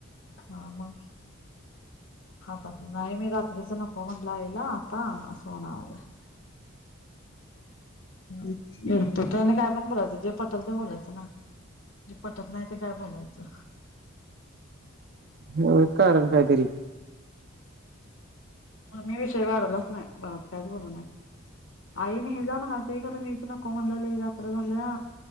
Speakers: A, on the left; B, on the right.
A: ह मग ह नाही मी रात्रीच नको म्हटलं याला आता असं म्हणावलं इडपोत आणि काय पण बोलायचं जे पटल ते बोलायचं ना जे पटत नाही ते काय बोलायचं
B: हो कारण कायतरी
A: मी विषय वाढवलाच नाही परत कायच बोलू नाही आई नाही जा म्हण त खरं मीच नको म्हणलेल रात्र झाल्या